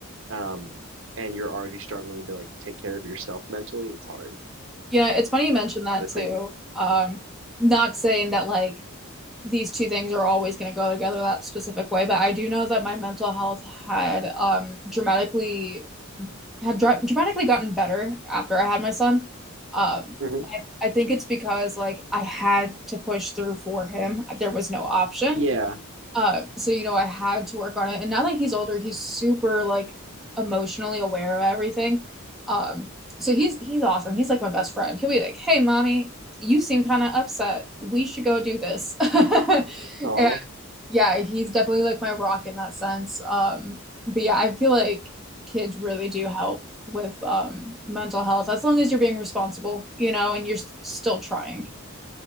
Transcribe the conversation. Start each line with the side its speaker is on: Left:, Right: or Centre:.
Right: um, and you're already struggling to like take care of yourself mentally, it's hard.
Centre: Yeah, it's funny you mentioned
Right: Another
Centre: that too.
Right: thing.
Centre: Um, not saying that like these two things are always going to go together that specific way, but I do know that my mental health had um dramatically had dra dramatically gotten better after I had my son. Um,
Right: hmm
Centre: I think it's because like I had to push through for him. There was no option.
Right: Yeah.
Centre: Um, so you know, I had to work on it. And now that he's older, he's super like emotionally aware of everything. Um, so he's he's awesome. He's like my best friend. He'll be like, "Hey, mommy, you seem kind of upset. We should go do this." <laughs>
Right: Oh,
Centre: And yeah, he's definitely like my rock in that sense. Um, but yeah, I feel like kids really do help with um mental health as long as you're being responsible, you know, and you're s- still trying.